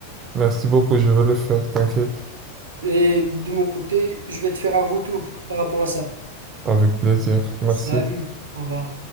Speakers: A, on the right; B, on the right.
A: merci beaucoup, je vais le faire, t'inquiète.
B: Et de mon côté, je vais te faire un retour par rapport à ça.
A: Avec plaisir, merci.
B: Salut, au revoir.